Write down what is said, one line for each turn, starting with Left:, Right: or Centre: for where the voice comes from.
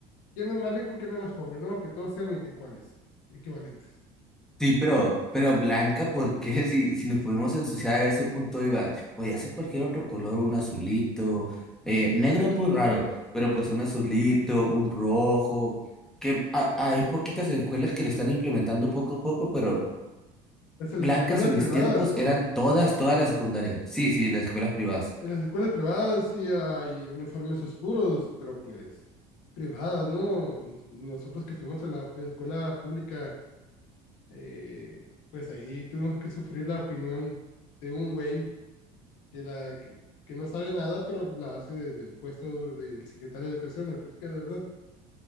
Left: quién es más rico, quién es más pobre, ¿no? Que todos sean iguales, equivalentes.
Centre: Sí, pero, pero blanca, ¿por qué? Si, si nos podemos ensuciar a ese punto, iba, podía ser cualquier otro color, un azulito, eh, negro es muy raro, pero pues un azulito, un rojo que a- hay poquitas escuelas que lo están implementando poco a poco, pero
Left: Pues en
Centre: Blancas
Left: las escuelas
Centre: en
Left: privadas,
Centre: mis tiempos eran todas, todas las secundarias. Sí, sí,
Left: sí,
Centre: las escuelas privadas.
Left: en las escuelas privadas sí hay uniformes oscuros, pero pues privadas, ¿no? Nosotros que estuvimos en la escuela pública, eh, pues ahí tuvimos que sufrir la opinión de un güey que, la, que, que no sabe nada, pero la hace desde el puesto del secretario de Educación, el que tú quieras, ¿verdad?